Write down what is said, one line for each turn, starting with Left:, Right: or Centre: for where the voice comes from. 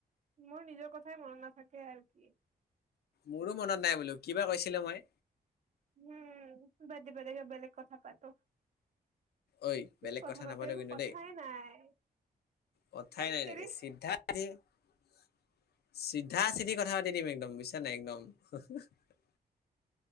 Right: মোৰ নিজৰ কথাই মনত নাথাকে আৰু কি।
Left: মোৰো মনত নাই বোলো কিবা কৈছিলো মই।
Right: উম বাদদে বদ গ বেলেগ কথা পাতো।
Left: ঐ
Right: কি
Left: বেলেগ
Right: কথা পাতে
Left: নাপাতো
Right: এইবোৰ
Left: কিন্তু
Right: কথাই
Left: দেই
Right: নাই।
Left: কথাই
Right: এ
Left: নাই
Right: তেৰি
Left: নেকি চিদ্ধা পিঠা চিঠি কথা পাতি দিম একদম বুজছা নাই একদম <unintelligible>